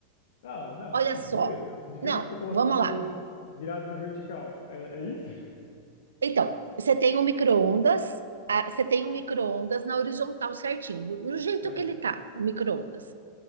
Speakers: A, on the left; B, on the right.
A: Ah, não,
B: Olha
A: sim,
B: só.
A: beleza. Digamos
B: Não,
A: que eu coloco
B: vamos
A: o micro-ondas
B: lá.
A: virado na vertical. É, é isso? <laughs>
B: Então, você tem um micro-ondas, a- você tem um micro-ondas na horizontal certinho, do- no jeito
A: É.
B: que ele tá, o micro-ondas.